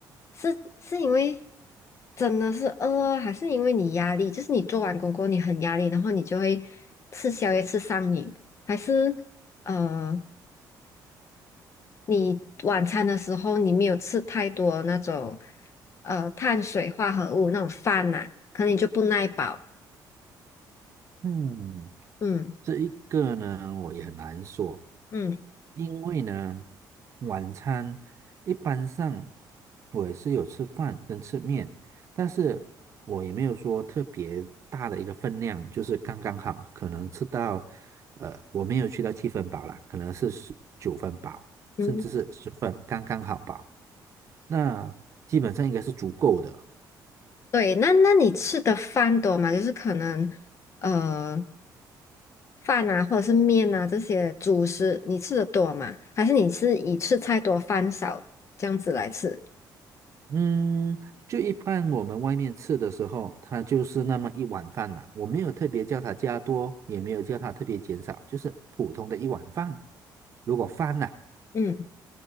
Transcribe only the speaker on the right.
嗯，
这一个呢，我也很难说。
因为呢，晚餐一般上我也是有吃饭跟吃面，但是我也没有说特别大的一个分量，就是刚刚好，可能吃到，呃，我没有去到七分饱啦，可能是十九分饱，
甚至是十分，刚刚好饱，那基本上应该是足够的。
嗯，就一般我们外面吃的时候，它就是那么一碗饭嘛，我没有特别叫它加多，也没有叫它特别减少，就是普通的一碗饭。如果饭呐、